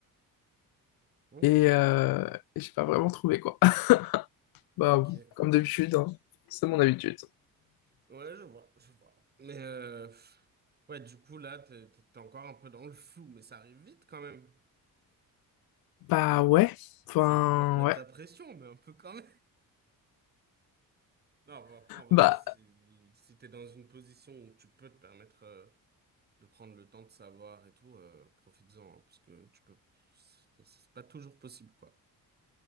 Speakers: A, on the right; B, on the left.
A: ok,
B: et, euh, et j'ai pas vraiment trouvé, quoi. <laughs> Bah,
A: ok.
B: comme d'habitude, hein. C'est mon habitude.
A: Ouais, je vois, je vois. Mais, euh, pff, ouais, du coup, là, t'es, t'es t'es encore un peu dans le flou, mais ça arrive vite quand même.
B: Bah ouais, enfin
A: C'est pas pour te mettre
B: ouais.
A: la pression, mais un peu quand Non, bah, après, en vrai,
B: Bah,
A: si, si t'es dans une position où tu peux te permettre euh, de prendre le temps de savoir et tout, euh, profites-en, hein, parce que tu peux, c'est c'est pas toujours possible, quoi.